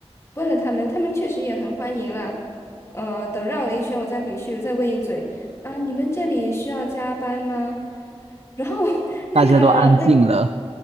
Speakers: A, on the left (about 25°); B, on the right (about 70°).
A: 问了他们，他们确实也很欢迎了，呃，等绕了一圈，我再回去再问一嘴，啊，你们这里需要加班吗？然后 <laughs> 那个那个。
B: 大家都安静了